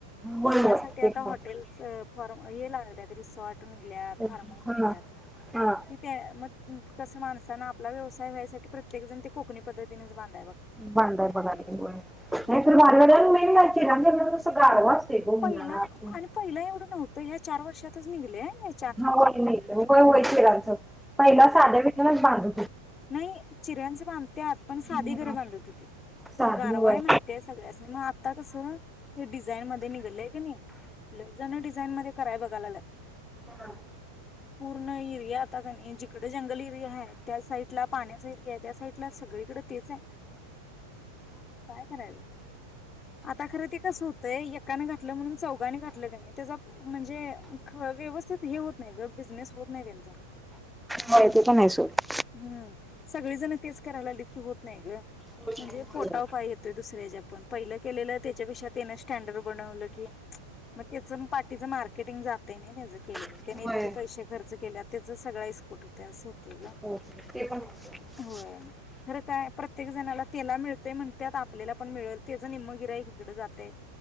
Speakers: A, on the left; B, in the centre.
A: मग
B: होय
A: त्यासाठी
B: होय
A: आता
B: ते पण
A: हॉटेलंच फॉर्म हे लागल्यात रिसॉर्ट निघल्यात,
B: हाय
A: फार्म हाऊस निघल्यात
B: हा
A: मग
B: हा
A: हित मग कस माणसान आपला व्यवसाय व्हायसाठी प्रत्येण जण ते कोकणी पद्धतीनच बांध
B: बांधाय बगालिया होय
A: हम्म.
B: नाही तर भारी वाल्या <unintelligible> च गारवा. गं
A: पहिला
B: उन्हात
A: आणि पहिल एवढं नव्ह ह्या चार वर्षातच निघलय हे.
B: हा होय नाही होय होय खिराच. पहिल
A: होय
B: साध्या विटांनच बांध
A: नाही. चिऱ्यांचं बांधत्यात, पण
B: आपल्या
A: साधी घरं बांधत होती.
B: साधी
A: मग गारवा
B: होय
A: हाय माहितीय सगळ्यासनी, मग आता कसं ते डिझाईन मध्ये निघलंय. नाही लयजन डिझाईन मध्ये कराय बघायला लागल्यात,
B: हा
A: पूर्ण एरिया आता कानई नाही जिकड जंगल एरिया हाय त्या साइ ला पाण्याचा एरियाय त्या साइडला सगळीकडे तेच आहे. काय करायचं आता खर ते कस होतंय एकान घातलं म्हणून चौघाने घातलं कणी त्याचा म्हणजेख व्यवस्थित हे होत नाही ग बिजनेस होत नाही त्यांचा.
B: हा ते पनाय सोड.
A: हम् सगळीजण तेच करायला लालीत की होत नाही ग,
B: होय
A: म्हणजे पोटाव पाय येतोय दुसऱ्याच्या ज्या पण पहिलं केलेलं त्याच्यापेक्षा त्यान स्टँडर्ड बनवलं की, <unintelligible> मग त्याचं पाठीचं मार्केटिंग जातय नाही त्याच केलेलं
B: होय
A: त्याने इतके पैसे खर्च केल्या त्याच सगळा इस्कूट होत असं होतय ग.
B: हो ते पण होतं. <unintelligible>
A: होय खरं काय प्रत्येक जणाला तेला मिळतंय म्हणत्यात आपल्याला पण मिळल. तेज निम्म गिराइक एककडे जातय.